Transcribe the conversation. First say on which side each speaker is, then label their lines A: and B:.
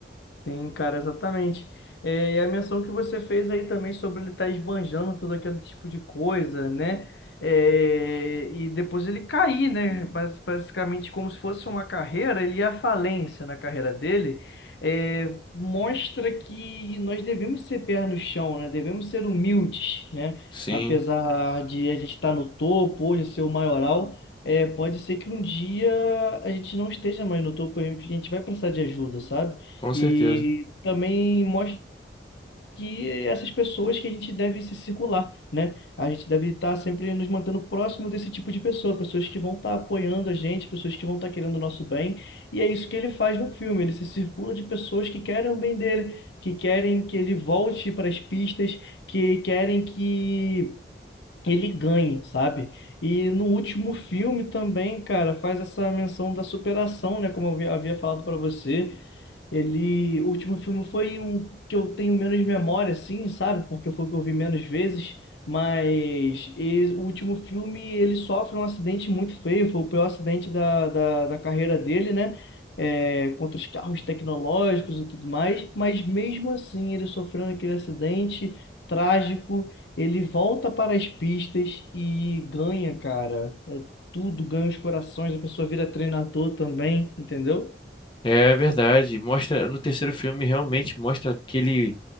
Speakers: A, on the left; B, on the left.
A: Sim, cara, exatamente. É, e a menção que você fez aí também sobre ele estar esbanjando todo aquele tipo de coisa, né? É, e depois ele cair, né? Bas- Basicamente, como se fosse uma carreira, ele ia à falência na carreira dele. É, mostra que nós devemos ser pé no chão, né? Devemos ser humildes, né?
B: Sim,
A: Apesar de a gente estar no topo, hoje ser o maioral, é, pode ser que um dia a gente não esteja mais no topo, a gente vai precisar de ajuda, sabe?
B: com certeza.
A: E também mostra que essas pessoas que a gente deve se circular, né? A gente deve estar sempre nos mantendo próximo desse tipo de pessoa, pessoas que vão estar apoiando a gente, pessoas que vão estar querendo o nosso bem. E é isso que ele faz no filme, ele se circula de pessoas que querem o bem dele, que querem que ele volte para as pistas, que querem que ele ganhe, sabe? E no último filme também, cara, faz essa menção da superação, né? Como eu vi- havia falado para você. Ele, o último filme foi o que eu tenho menos memória, assim, sabe? Porque foi o que eu vi menos vezes. Mas e- o último filme ele sofre um acidente muito feio, foi o pior acidente da, da, da carreira dele, né? É, contra os carros tecnológicos e tudo mais. Mas mesmo assim, ele sofrendo aquele acidente trágico. Ele volta para as pistas e ganha, cara. É tudo, ganha os corações, a pessoa vira treinador também, entendeu?
B: É verdade. Mostra, no terceiro filme realmente mostra que ele